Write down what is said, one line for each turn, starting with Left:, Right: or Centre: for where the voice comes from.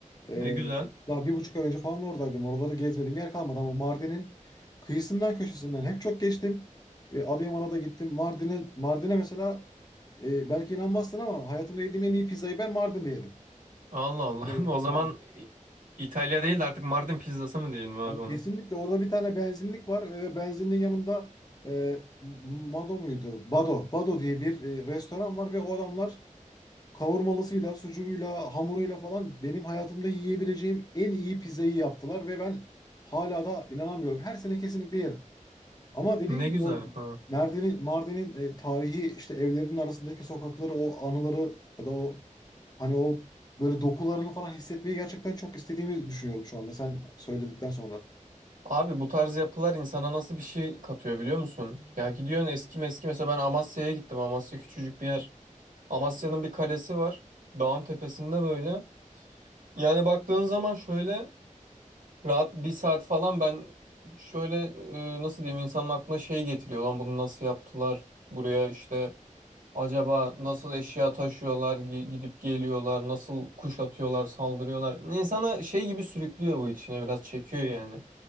Left: E,
Right: Ne güzel.
Left: daha bir buçuk ay önce falan oradaydım. Oraları gezmediğim yer kalmadı ama Mardin'in kıyısından köşesinden hep çok geçtim. E, Adıyaman'a da gittim. Mardin'e Mardin'e mesela e, belki inanmazsın ama hayatımda yediğim en iyi pizzayı ben Mardin'de yedim.
Right: Allah Allah.
Left: E,
Right: <laughs> O zaman
Left: yani
Right: İ- İtalya değil de artık Mardin pizzası mı diyelim abi
Left: Abi
Right: ona?
Left: kesinlikle orada bir tane benzinlik var ve benzinliğin yanında e, Mado muydu? Bado. Bado diye bir e, restoran var ve o adamlar kavurmalısıyla, sucuğuyla, hamuruyla falan benim hayatımda yiyebileceğim en iyi pizzayı yaptılar ve ben hala da inanamıyorum. Her sene kesinlikle yerim. Ama dediğim
Right: Ne
Left: gibi
Right: güzel.
Left: o
Right: Ha.
Left: Mardin'in Mardin'in e, tarihi işte evlerinin arasındaki sokakları, o anıları ya da o hani o böyle dokularını falan hissetmeyi gerçekten çok istediğimi düşünüyorum şu anda sen söyledikten sonra.
Right: Abi bu tarz yapılar insana nasıl bir şey katıyor biliyor musun? Ya gidiyorsun eski meski mesela ben Amasya'ya gittim. Amasya küçücük bir yer. Amasya'nın bir kalesi var. Dağın tepesinde böyle. Yani baktığın zaman şöyle rahat bir saat falan ben şöyle e, nasıl diyeyim insanın aklına şey getiriyor. Lan bunu nasıl yaptılar? Buraya işte acaba nasıl eşya taşıyorlar, gi- gidip geliyorlar, nasıl kuşatıyorlar, saldırıyorlar. İnsana şey gibi sürüklüyor bu içine biraz çekiyor yani.